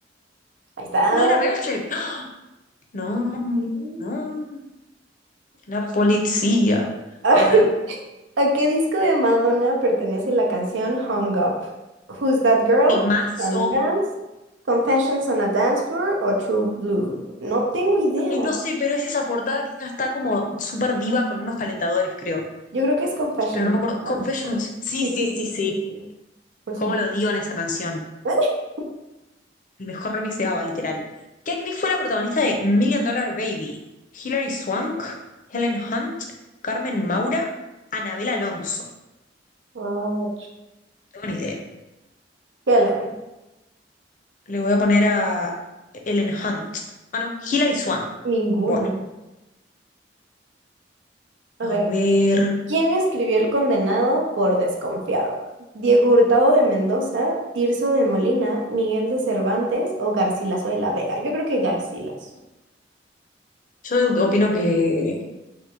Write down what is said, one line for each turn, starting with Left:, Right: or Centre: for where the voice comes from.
Right: Ahí está.
Left: No era
Right: Ahí
Left: Meryl Streep. ¡Ah! No,
Right: Sí.
Left: no. La policía.
Right: <laughs> Ay,
Left: A ver,
Right: ¿A qué disco de Madonna pertenece la canción Hung Up? Who's That Girl?
Left: Temazo.
Right: Can Dance? Confessions on a Dance Floor o True Blue? No tengo idea.
Left: Ay, no sé, pero es esa portada que ya está como súper diva con unos calentadores, creo.
Right: Yo creo que es Confessions
Left: Pero no me acuerdo.
Right: on a
Left: Confessions.
Right: Dance Floor.
Left: Sí,
Right: Sí,
Left: sí,
Right: sí,
Left: sí,
Right: sí,
Left: sí.
Right: sí, sí. Por
Left: ¿Cómo
Right: supuesto.
Left: lo dio en esa canción?
Right: <laughs>
Left: El mejor remix de ABBA, literal. ¿Qué actriz fue la protagonista de Million Dollar Baby? Hilary Swank, Helen Hunt, Carmen Maura, Anabel Alonso. No
Right: Ah,
Left: tengo ni idea.
Right: Helen.
Left: Le voy a poner a Helen Hunt. Ah, no, Hilary Swank.
Right: Ninguna.
Left: Bueno,
Right: A
Left: a
Right: ver.
Left: ver.
Right: ¿Quién escribió El condenado por desconfiado? ¿Diego Hurtado de Mendoza, Tirso de Molina, Miguel de Cervantes o Garcilaso de la Vega? Yo creo que Garcilaso.
Left: Yo opino que